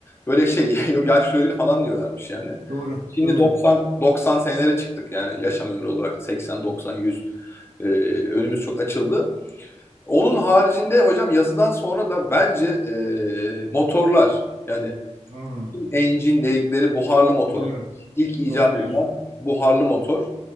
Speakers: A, on the left; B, on the right.
A: böyle şey <laughs> yok yaşlı öldü falan diyorlarmış yani.
B: Doğru.
A: Şimdi
B: Doğru.
A: 90 90 senelere çıktık yani yaşam ömrü olarak 80 90 100 Ee, önümüz çok açıldı. Onun haricinde hocam yazıdan sonra da bence e, motorlar yani
B: Hı.
A: engine dedikleri buharlı motor.
B: Doğru.
A: İlk icat
B: Doğru diyorsun.
A: edilen buharlı motor.